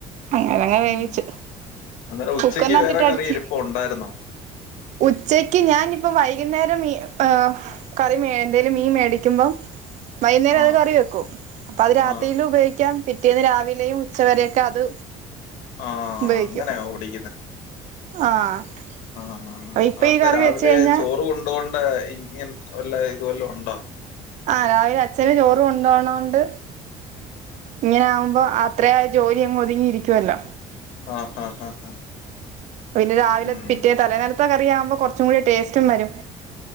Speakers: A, on the right; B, on the left.
A: അങ്ങനങ്ങ് വേവിച്ച്
B: ഉം അന്നേരം ഉച്ചക്ക്
A: കുക്കറിനകത്തിട്ട്
B: വേറെ
A: അടച്ച്
B: കറി ഇരിപ്പ് ഉണ്ടായിരുന്നോ
A: ഉച്ചക്ക് ഞാനിപ്പം വൈകുന്നേരം ഈ കറി മേ എന്തേലും മീൻ മേടിക്കുമ്പോ വൈകുന്നേരം
B: ആ
A: അത് കറി വെക്കും അപ്പൊ അത് രാത്രീല്
B: ആ
A: ഉപയോഗിക്ക ക്കാം പിറ്റേന്ന് രാവിലെയും ഉച്ചവരെയൊക്കെ അത്
B: ആഹ്
A: ഉപയോഗിക്കും
B: അങ്ങനെയ ഒടി
A: ആഹ്
B: ആഹ്
A: അപ്പൊ ഇപ്പൊ
B: അതെന്താ
A: ഈ കറി
B: രാവിലെ
A: വെച്ച് കഴിഞ്ഞാ
B: ചോറ് കൊണ്ടു പോവേണ്ട ഇങ്ങ വല്ല ഇത് വല്ലും ഉണ്ടോ
A: ആഹ് രാവിലെ അച്ഛൻ ചോറ് കൊണ്ടോണോണ്ട് ഇങ്ങനെ ആകുമ്പോ അത്രേയും ജോലി അങ്ങ് ഒതുങ്ങിയിരിക്കുമല്ലോ
B: ആഹ് ആഹ് ആഹ്
A: പിന്നെ രാവിലെ
B: ഉം
A: പിറ്റേ തലനിലത്തെ കറിയാവുമ്പോ കുറച്ചും കൂടി ടേസ്റ്റും വരും